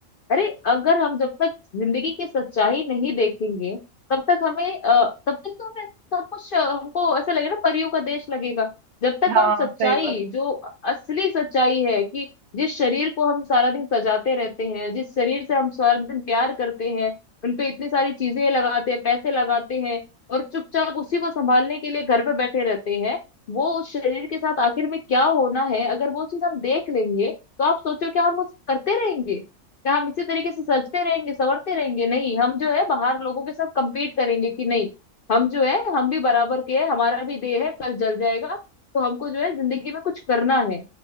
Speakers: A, on the left; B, on the right.
A: अरे अगर हम जब तक जिंदगी की सच्चाई नहीं देखेंगे तब तक हमें अ, तब तक तो हमें सब कुछ अ, हमको ऐसा लगेगा ना परियों का देश लगेगा जब तक
B: हाँ
A: हम सच्चाई
B: सही बात
A: जो असली सच्चाई है कि जिस शरीर को हम सारा दिन सजाते रहते हैं जिस शरीर से हम सारा दिन प्यार करते हैं उनपे इतनी सारी चीजें लगाते हैं पैसे लगाते हैं और चुपचाप उसी को संभालने के लिए घर पे बैठे रहते हैं वो उस शरीर के साथ आखिर में क्या होना है अगर वो चीज हम देख लेंगे तो आप सोचो क्या हम उस करते रहेंगे क्या हम इसी तरीके से सजते रहेंगे संवरते रहेंगे नहीं हम जो है बाहर लोगों के साथ compete करेंगे कि नहीं हम जो है हम भी बराबर के हैं हमारा भी देह है कल जल जाएगा तो हमको जो है जिंदगी में कुछ करना है